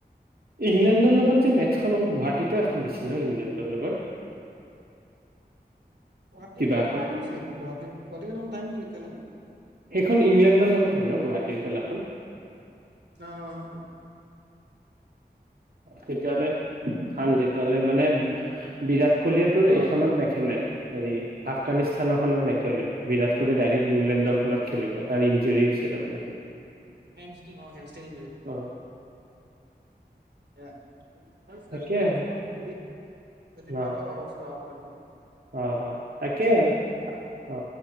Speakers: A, on the right; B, on the right.
A: ইংলেণ্ডৰ লগত যে মেচখন হ'ব গুৱাহাটীতো এখন দিছে ন ইংলেণ্ডৰ লগত।
B: গুৱাহাটী
A: কিবা এখন
B: টাইম আছে এইটো। গুৱাহাটীত গুৱাহাটী অকনমান টাইম হয় নেকি অলপ।
A: সেইখন ইংলেণ্ডৰ লগত হয় ন গুৱাহাটীৰ খেলাখন?
B: আহ
A: তেতিয়া হ'লে ভাল তেতিয়াহ'লে মানে বিৰাট কলিয়াটোৰ
B: অ অ
A: এইখনত নেখেলে হেৰি আফগানিস্তানৰখনত নেখেলে বিৰাট কোহলি ডাইৰেক্ট ইংলেণ্ডৰ খনত খেলিব তাৰ ইঞ্জৰি হৈছে তা মানে
B: হেমিক অ হেষ্টিকি।
A: অ
B: এ মই
A: তাকে আৰু
B: চাওঁ হুদি, যদি
A: ন
B: পাৰো অৱশ্য য <unintelligible>
A: অ অ তাকে আৰু অ,